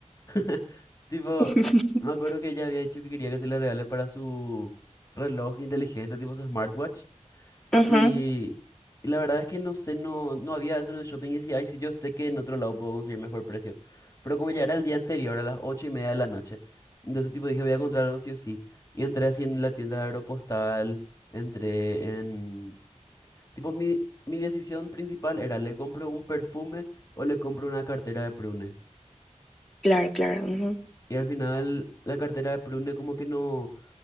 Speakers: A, on the left; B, in the centre.
A: <laughs> Tipo,
B: <laughs>
A: me acuerdo que ella había dicho que quería que se le regale para su reloj inteligente, tipo su smartwatch.
B: Ujú,
A: Y, y la verdad es que no sé, no, no había eso en el shopping. Y decía, ay, sí, yo sé que en otro lado puedo conseguir mejor precio. Pero como ya era el día anterior, a las ocho y media de la noche, entonces, tipo, dije, voy a encontrar algo sí o sí. Y entré así en la tienda de Aeropostal, entré en. Tipo, mi, mi decisión principal era, ¿le compro un perfume o le compro una cartera de Prune?
B: Claro, claro. ujú,
A: Y al final, la cartera de Prune como que no,